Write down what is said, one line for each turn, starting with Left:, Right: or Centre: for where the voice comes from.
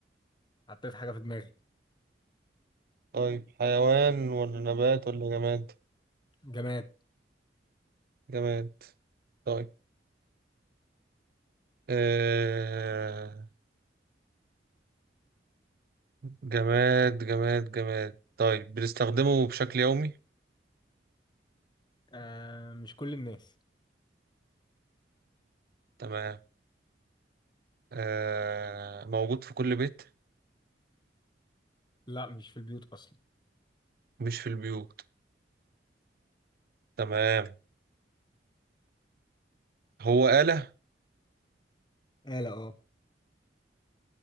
Left: حطيت حاجه في دماغي
Right: طيب حيوان ولا نبات ولا جماد
Left: جماد
Right: جماد طيب آه... جماد جماد جماد طيب بنستخدمه بشكل يومي
Left: آه مش كل الناس
Right: تمام آه موجود في كل بيت
Left: لا مش في البيوت اصلا
Right: مش في البيوت تمام هو آلة
Left: آلة اه